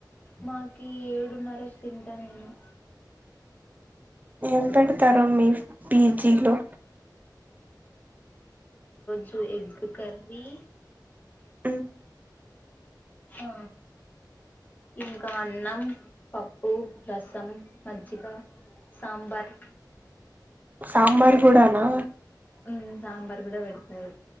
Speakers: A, on the left; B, on the right.
A: మాకి ఏడున్నరకి తింట నేను
B: ఏం పెడతారు మీ పీజీలో
A: చూడు ఎగ్ కర్రి
B: హ్మ్
A: ఆ ఇంకా అన్నం పప్పు రసం మజ్జిగ సాంబార్
B: సాంబార్ కూడ నా
A: హ్మ్ సాంబార్ కూడా పెడతారు